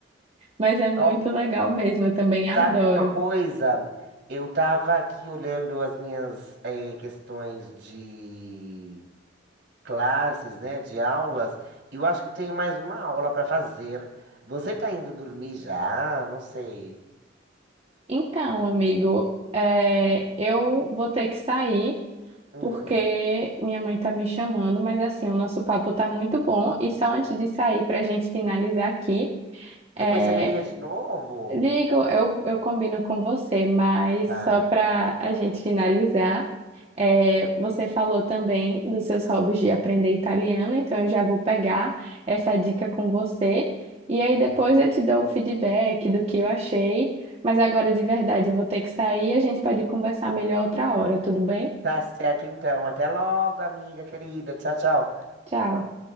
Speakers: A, on the right; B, on the right.
A: Mas é muito
B: Ó,
A: legal mesmo, eu também
B: sabe
A: adoro.
B: uma coisa? Eu tava aqui olhando as minhas eh, questões de classes, né? De aulas. E eu acho que eu tenho mais uma aula para fazer. Você tá indo dormir já? Não sei.
A: Então, amigo, é, eu vou ter que sair
B: Hum.
A: porque minha mãe tá me chamando, mas assim, o nosso papo tá muito bom. E só antes de sair, para a gente finalizar aqui.
B: Depois
A: É,
B: você me liga de novo?
A: Ligo, eu, eu combino com você, mas
B: Tá.
A: só para a gente finalizar, é, você falou também dos seus hobbies de aprender italiano, então eu já vou pegar essa dica com você. E aí
B: Uhum.
A: depois eu te dou o feedback do que eu achei, mas agora de verdade eu vou ter que sair, a gente pode conversar melhor outra hora, tudo bem?
B: Tá certo, então. Até logo, amiga querida. Tchau, tchau.
A: Tchau.